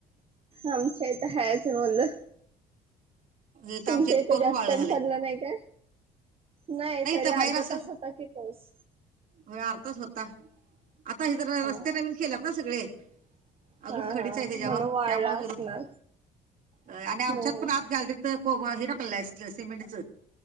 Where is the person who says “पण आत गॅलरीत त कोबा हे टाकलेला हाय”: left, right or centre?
Right